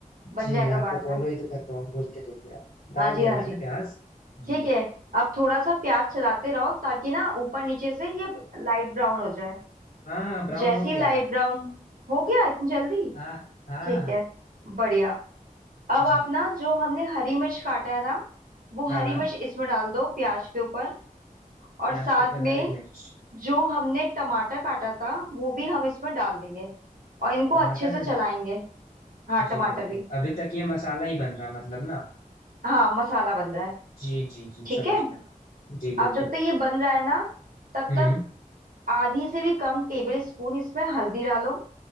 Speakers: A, on the right (about 75°); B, on the left (about 65°).
A: बन
B: जी
A: जाएगा
B: मैं आपको
A: बाद
B: फॉलो
A: में
B: ही तो कर रहा हूँ बोलते रहिए आप डाल
A: हाँ जी
B: दिया
A: हाँ
B: मैंने
A: जी
B: प्याज
A: ठीक
B: जी
A: है अब थोड़ा सा प्याज चलाते रहो ताकि ना ऊपर नीचे से ये लाइट ब्राउन हो जाए
B: हाँ हाँ ब्राउन
A: जैसी
B: हो गया
A: लाइट
B: है
A: ब्राउन हो गया इतनी जल्दी
B: हाँ हाँ
A: ठीक
B: हाँ,
A: है बढ़िया अब आप
B: जी
A: ना जो हमने हरी मिर्च काटा है ना वो
B: हाँ
A: हरी
B: हाँ
A: मिर्च इसमें डाल दो प्याज के ऊपर और
B: प्याज
A: साथ
B: के ऊपर
A: में
B: हरी मिर्च
A: जो हमने टमाटर काटा था वो भी हम इसमें डाल देंगे और इनको
B: टमाटर
A: अच्छे से
B: भी
A: चलाएंगे
B: डाल
A: हाँ
B: जी
A: टमाटर
B: बिल्कुल
A: भी
B: अभी तक ये मसाला ही बन रहा मतलब ना
A: हाँ मसाला बन रहा है
B: जी जी जी
A: ठीक
B: समझ
A: है
B: में जी बिल्कुल
A: अब जब तक ये बन रहा है ना तब
B: हम्म
A: तक आधी से भी कम टेबल स्पून इसमें हल्दी डालो